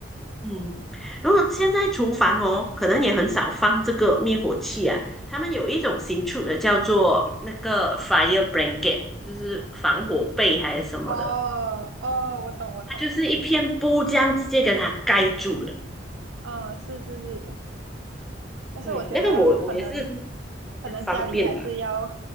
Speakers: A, in the centre; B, on the right.
A: 嗯，如果现在厨房哦，可能也很少放这个灭火器啊。他们有一种新出的，叫做那个 fire blanket，就是防火被还是什么的，
B: 哦哦，我懂我懂我懂，
A: 它就是一片布这样直接跟它盖住了。
B: 嗯，是是是，但是我觉得可能
A: 对，那个我我也是比较方便吧。
B: 可能家里还是要